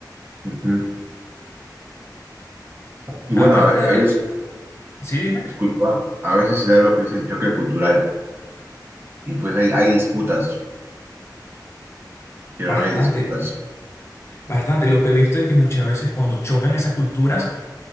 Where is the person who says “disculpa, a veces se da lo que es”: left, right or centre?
Right